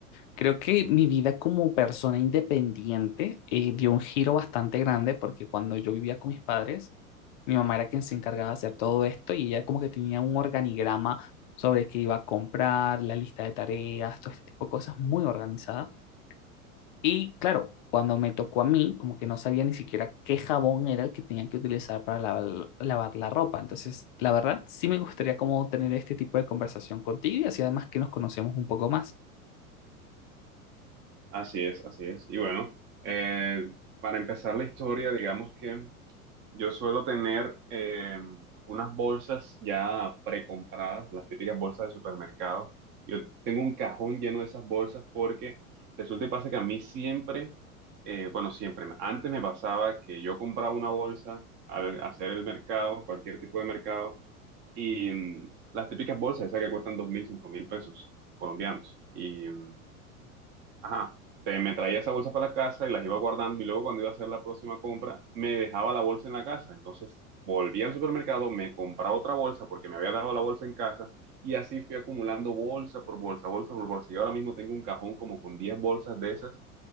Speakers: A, on the left (about 35°); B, on the right (about 25°).
A: creo que mi vida como persona independiente eh, dio un giro bastante grande porque cuando yo vivía con mis padres, mi mamá era quien se encargaba de hacer todo esto y ella como que tenía un organigrama sobre qué iba a comprar, la lista de tareas, todo este tipo de cosas muy organizada. Y claro, cuando me tocó a mí, como que no sabía ni siquiera qué jabón era el que tenía que utilizar para lavar, lavar la ropa. Entonces, la verdad, sí me gustaría como tener este tipo de conversación contigo y así además que nos conocemos un poco más.
B: Así es, así es. Y bueno, eh, para empezar la historia, digamos que yo suelo tener eh, unas bolsas ya precompradas, las típicas bolsas de supermercado. Yo tengo un cajón lleno de esas bolsas porque resulta y pasa que a mí siempre, eh, bueno, siempre, antes me pasaba que yo compraba una bolsa al hacer el mercado, cualquier tipo de mercado Y mm, las típicas bolsas, esas que cuestan dos mil, cinco mil pesos colombianos. Y, mm, ajá, te- me traía esa bolsa para la casa y las iba guardando y luego cuando iba a hacer la próxima compra, me dejaba la bolsa en la casa. Entonces volví al supermercado, me compraba otra bolsa porque me había dejado la bolsa en casa y así fui acumulando bolsa por bolsa, bolsa por bolsa. Y ahora mismo tengo un cajón como con 10 bolsas de esas